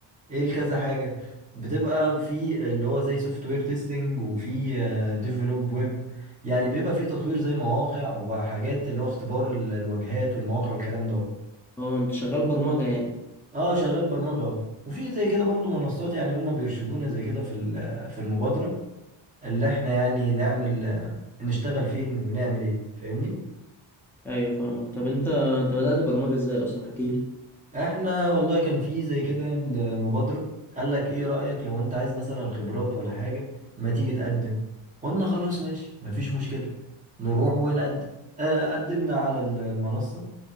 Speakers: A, on the right; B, in the centre.
A: ايه الكذا حاجة بتبقى في اللي هو زي سوفت وير تيستنج وفي ديفلوب ويب يعني بيبقى في تطوير زي مواقع وحاجات اللي هو اختبار ال- الواجهات والمواقع والكلام ده
B: اه انت شغال برمجة يعني
A: اه شغال برمجة آه. وفي زي كده برضو منصات يعني هم بيرشدونا زي كده في ال- في المبادرة اللي احنا يعني نعمل آه، نشتغل فين ونعمل ايه فاهمني
B: ايوه فاهمك طب انت انت بدأت برمجة ازاي اصلا احكي لي
A: احنا والله كان في زي كده المبادرة قال لك ايه رأيك لو انت عايز مثلا خبرات ولا حاجة ما تيجي تقدم قلنا خلاص ماشي مفيش مشكلة نروح ونقدم آه، قدمنا على ال- المنصة